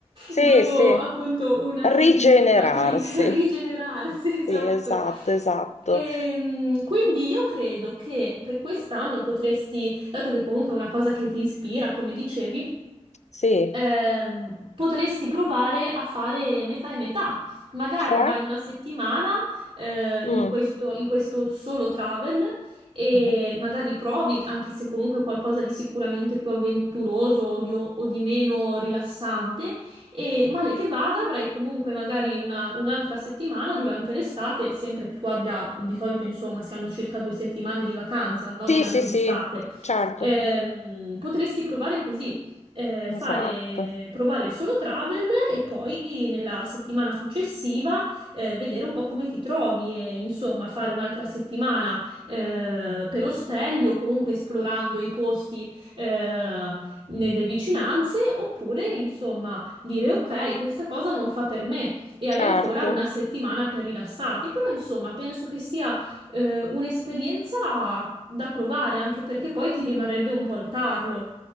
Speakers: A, on the left; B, on the right.
A: Sì,
B: dopo
A: sì.
B: appunto un anno
A: Rigenerarsi.
B: di, di fatica, <laughs> rigenerarsi, esatto.
A: Sì, esatto, esatto.
B: Ehm, quindi io credo che per quest'anno potresti, dato che comunque è una cosa che ti ispira, come dicevi,
A: Sì.
B: ehm, potresti provare a fare metà e metà. Magari
A: Cioè?
B: vai una settimana, eh,
A: Mm.
B: in questo, in questo solo travel e
A: Mhm.
B: magari provi, anche se comunque qualcosa di sicuramente più avventuroso o di, o di meno rilassante, e male che vada avrai comunque magari una- un'altra settimana durante l'estate, sempre che tu abbia, di solito insomma, si hanno circa due settimane di vacanza, no?
A: Sì,
B: Durante
A: sì,
B: l'estate.
A: sì, certo.
B: Ehm, potresti provare così eh, fare,
A: Esatto.
B: provare il solo travel e poi nella settimana successiva eh, vedere un po' come ti trovi e insomma fare un'altra settimana eh, per ostelli o comunque esplorando i posti eh, nelle vicinanze oppure insomma dire ok, questa cosa non fa per me. E
A: Certo.
B: hai ancora una settimana per rilassarti, però insomma penso che sia eh, un'esperienza da provare anche perché poi ti rimarrebbe un po' il tarlo